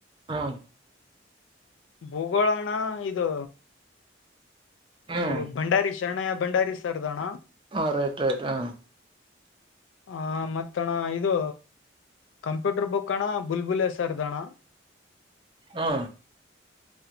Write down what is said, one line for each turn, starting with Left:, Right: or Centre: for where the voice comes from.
Right: ಹಾ
Left: ಭೂಗೋಳಣ ಇದು
Right: ಹ್ಮ್
Left: ನೀ ಭಂಡಾರಿ ಶರಣಯ್ಯ ಭಂಡಾರಿ ಸರ್ದಣ
Right: ಹ ರೈಟ್ ರೈಟ್ ಹ
Left: ಹ ಮತ್ತಣ ಇದು ಕಂಪ್ಯೂಟರ್ ಬುಕ್ ಅಣ್ಣ ಬುಲ್ಬುಲ್ ಸರ್ದಣ್ಣ
Right: ಹಾ